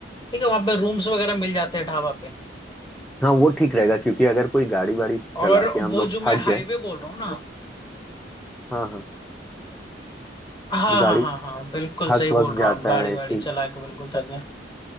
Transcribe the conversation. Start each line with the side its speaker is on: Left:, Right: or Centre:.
Left: ठीक है वहां पे रूम्स वगैरह मिल जाते हैं ढाबा पे
Centre: हाँ वो ठीक रहेगा क्योंकि अगर कोई गाड़ी वाड़ी चला
Left: और
Centre: के हम
Left: वो
Centre: लोग
Left: जो
Centre: थक
Left: मैं हाईवे
Centre: गए
Left: बोल रहा हूँ ना
Centre: हाँ हाँ
Left: हाँ
Centre: गाड़ी
Left: हाँ हाँ हाँ बिल्कुल
Centre: थक
Left: सही
Centre: वक
Left: बोल रहा
Centre: जाता
Left: हूँ आप गाड़ी
Centre: है
Left: वाड़ी
Centre: इसी
Left: चला के बिल्कुल थक गए